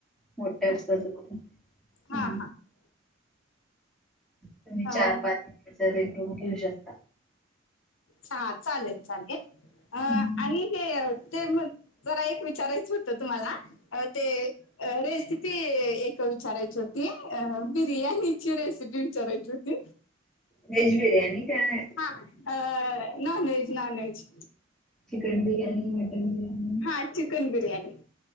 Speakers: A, in the centre; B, on the left.
A: मोठ असतात
B: हा
A: बग हम्म.
B: हा हा
A: तुम्ही
B: हा
A: चार पाच दिवस रूम घेऊ शकता.
B: चहा चालेल चालेल अ
A: हम्म.
B: आणि हे ते म जरा एक विचारायचं होतं तुम्हाला. अ ते अ रेसिपी एक विचारायची होती. ते अ बिर्याणीची रेसिपी विचारायची होती.
A: वेज बिर्याणी काय
B: ह अ non veg non veg.
A: Chicken biryani mutton biryani
B: हा चिकन बिर्याणी.